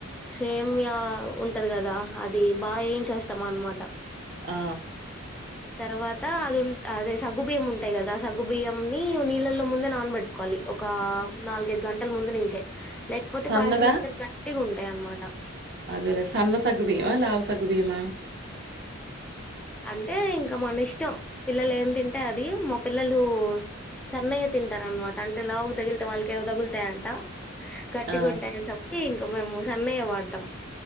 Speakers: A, in the centre; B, on the right.
A: సేమ్ లా ఉంటది కదా అది బాగా ఏంచేస్తాం అన్నమాట
B: ఆ
A: తర్వాత అదిన్ అదే సగ్గుబియ్యం ఉంటాయి కదా సగ్గుబియ్యం ని నీళ్ళలో ముందే నానబెట్టుకోవాలి ఒక నాలుగైదు గంటల ముందు నించే లేకపోతే
B: సన్నదా
A: పాయసం వచ్చేసరి గట్టిగున్ ట్టే అనమాట
B: అదేలే సన్న సగ్గుబియ్యమా లావు సగ్గుబియ్యమా
A: అంటే ఇంక మనిష్టం పిల్లలు ఏం తింటే అది మా పిల్లలు సన్నయే తింటారనమాట అంటే లావుకి తగిలితే వాళ్ళకి ఏవో తగులుతాయంట గట్టికుంటాయని
B: ఆ
A: చెప్పి ఇంక మేము సన్నయే వాడతాం